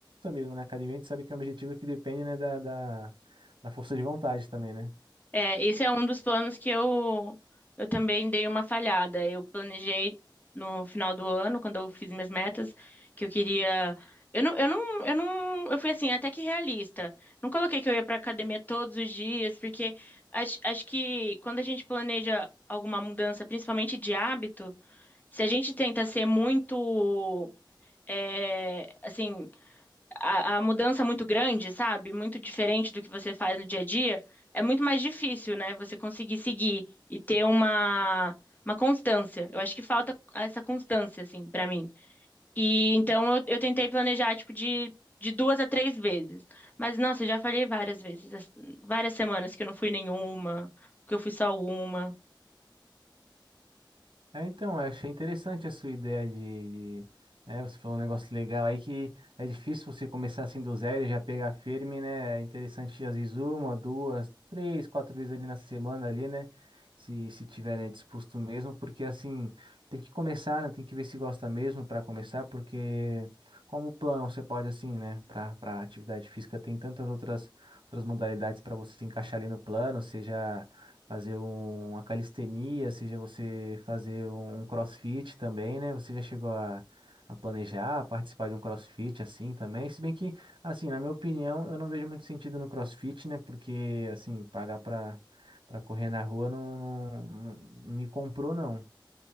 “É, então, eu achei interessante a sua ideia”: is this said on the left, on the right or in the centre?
Right